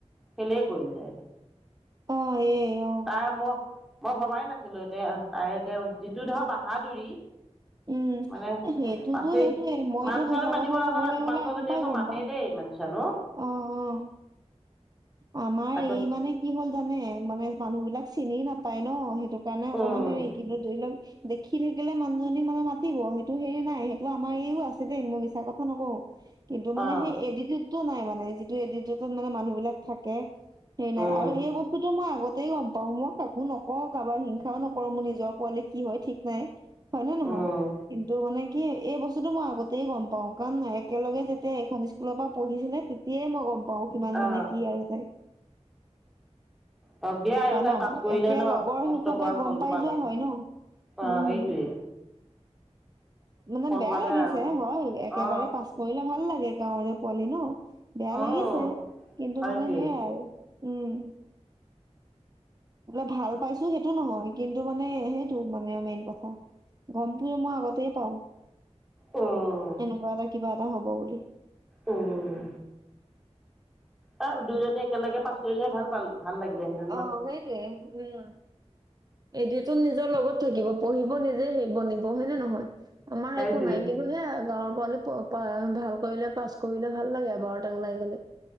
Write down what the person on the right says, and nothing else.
অ এই অ
উম।
এ সেইটোতো
সেইটোয়ে মইতো
সচা
কথা
কবলৈ
গ'লে আগৰ
পৰাই
গম
পাও।
অ অ। আমাৰ
এই মানে কি হ'ল জানে মানে মানুহ বিলাক চিনি এ নাপায় ন'। সেইটো কাৰনে অকণমান
হেৰি কিন্তু ধৰি লওক- দেখি থাকিলে মানুহজনী মানে মাতিব সেইটো হেৰি নাই সেইটো আমাৰ এইও আছে দেই মই মিছা কথা নকওঁ। কিন্তু মানে
সেই এতিতিয়ুদটো নাই মানে যিটো এটিতিয়ুটত মানে মানুহ বিলাক থাকে- এই নাই
আৰু এই বস্তুটো মই আগতেই গম- পাওঁ। মই কাকো নকওঁ কাৰোবাৰ হিংসাও নকৰো মোৰ নিজৰ পোৱালি কি হয় ঠিক নাই। হয়নে নহয়?
কিন্তু মানে কি এই বস্তুটো মই আগতেই গম পাওঁ কাৰণ একেলগে যেতিয়া এইখন ইছ- কোলৰ পৰা পঢ়িছিলে তেতিয়াই মই গম পাওঁ কিমান
মানে কি আৰু তাই।
জানা
একে
লগৰ
হিচাপে
গম
পাই
যোৱা হয় ন
উম
মানে বেয়া
লাগিছে
হয় একেবাৰে
পাচ- কৰিলে ভাল লাগে গাঁৱৰে পোৱালি ন বেয়া
লাগিছে, কিন্তু
মানে সেয়াই আৰু। উম। বোলে ভাল পাইছো সেইটো নহয় কিন্তু মানে সেইটো মানে মেইন কথা। গমটো মই আগতেই পাওঁ।
এনেকুৱা এটা কিবা এটা হ'ব বুলি।
অ সেইটোৱে উম। এদিনতো নিজৰ লগত থাকিব পঢ়িব নিজে হেৰি বনিব। হয় নে নহয়? আমাৰ
একো নাই কিন্তু- টোৱেআও গাঁৱৰ পোৱালি প পা ভাল কৰিলে পাছ কৰিলে ভাল লাগে এবাৰতে ওলাই গ'লে।